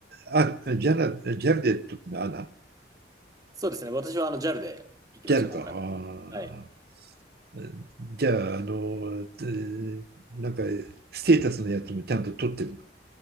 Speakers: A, on the right; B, on the right.
A: あ、ジャナ、ジャルで時のアナ、
B: そうですね。私はあの JAL で行きました、
A: ジャルか。
B: 今回。
A: あ
B: はい。い
A: ーじゃあ、あの、えーなんか、ステータスのやつもちゃんと取ってるの。